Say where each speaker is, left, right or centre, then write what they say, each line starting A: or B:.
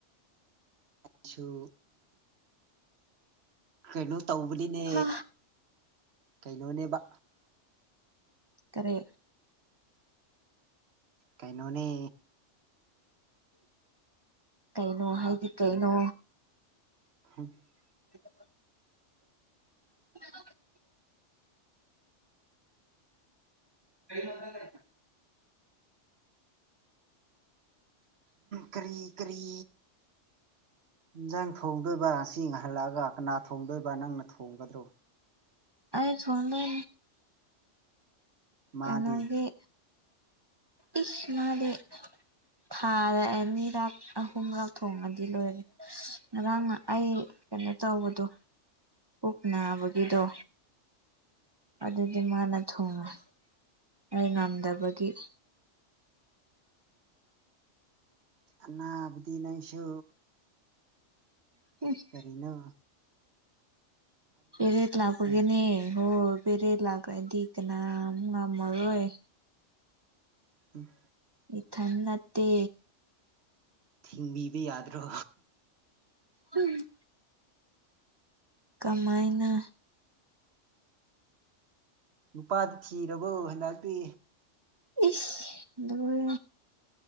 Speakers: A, on the right; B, on the right.
A: ꯑꯩꯁꯨꯁꯨ ꯀꯩꯅꯣ ꯇꯧꯕꯅꯤꯅꯦ
B: ꯍꯥ
A: ꯀꯩꯅꯣꯅꯦꯕ
B: ꯀꯔꯦ
A: ꯀꯩꯅꯣꯅꯤ
B: ꯀꯩꯅꯣ ꯍꯥꯏꯗꯤ ꯀꯩꯅꯣ
A: <unintelligible>
B: <inaudible> <inaudible> <unintelligible>
A: ꯀꯔꯤ ꯀꯔꯤ ꯏꯟꯁꯥꯡ ꯊꯣꯡꯗꯣꯏꯕ ꯑꯁꯤ ꯍꯜꯂꯛꯑꯒ ꯀꯅꯥ ꯊꯣꯡꯗꯣꯏꯕ ꯅꯪꯅ ꯊꯣꯡꯒꯗ꯭ꯔꯣ
B: ꯑꯩ ꯊꯗꯅꯤ
A: ꯃꯥꯗꯤ
B: ꯀꯩꯅꯣꯒꯤꯦ ꯏꯁꯃꯂꯤ ꯊꯥꯗ ꯑꯅꯤꯔꯛ ꯑꯍꯨꯝꯔꯛ ꯊꯣꯡꯉꯗꯤ ꯂꯣꯏꯔꯦ ꯉꯔꯥꯡ ꯑꯩ ꯀꯩꯅꯣ ꯇꯧꯕꯗꯣ ꯄꯨꯛ ꯅꯥꯕꯒꯤꯗꯣ ꯑꯗꯨꯗꯤ ꯃꯥꯅ ꯊꯣꯡꯉꯦ ꯑꯩ ꯉꯝꯗꯕꯒꯤ
A: ꯑꯅꯥꯕꯗꯤ ꯅꯪꯁꯨ
B: ꯎ
A: ꯀꯔꯤꯅ
B: ꯄꯦꯔꯦꯠ ꯂꯥꯛꯄꯒꯦꯅꯦ
A: ꯅꯪꯁꯨ
B: ꯍꯣ ꯄꯦꯔꯦꯠ ꯂꯥꯛꯒ꯭ꯔꯗꯤ ꯀꯅꯥꯝ ꯉꯝꯃꯔꯣꯏ
A: ꯎꯝ
B: ꯏꯊ ꯅꯠꯇꯦ
A: ꯊꯤꯡꯕꯤꯕ ꯌꯥꯗ꯭ꯔꯣ
B: ꯎꯝ ꯀꯃꯥꯏꯅ
A: ꯅꯨꯄꯥꯗꯤ ꯊꯤꯔꯕꯣ ꯍꯟꯗꯛꯇꯤ
B: ꯏꯁ ꯂꯔꯦ